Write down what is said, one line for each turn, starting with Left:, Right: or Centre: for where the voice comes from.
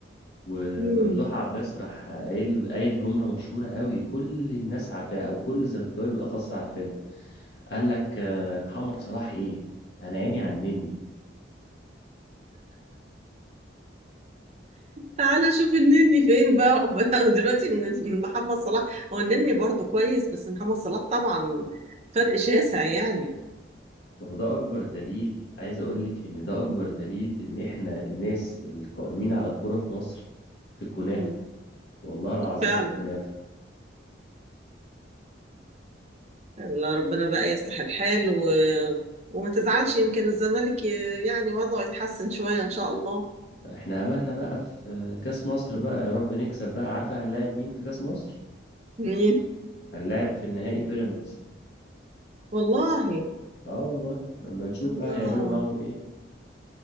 Left: وممدوح
Right: مم.
Left: عباس راح قايل قايل جملة مشهورة قوي كل الناس عارفاها أو كل الزملكاوية بالأخص عارفينها قال لك آه، محمد صلاح ايه انا عيني عنني
Right: تعالى شوف النني فين بقى <laughs> بقى دلوقتي من من محمد صلاح هو النني برضه كويس بس محمد صلاح طبعا فرق شاسع يعني
Left: ما هو ده اكبر دليل عايز اقول لك ان ده اكبر دليل ان احنا الناس القائمين على الكوره في مصر في الكنافه
Right: مم.
Left: والله العظيم
Right: فعلا
Left: في الكنافه
Right: الله ربنا بقى يصلح الحال و... وما تزعلش يمكن الزمالك ي... يعني وضعه يتحسن شوية إن شاء الله
Left: احنا املنا بقى في آه، كاس مصر بقى يا رب نكسب بقى عارفه هنلاعب مين في كاس مصر
Right: مين
Left: هنلاعب في النهائي بيراميدز
Right: والله
Left: اه والله لما نشوف
Right: آه
Left: بقى هيعملوا معاهم ايه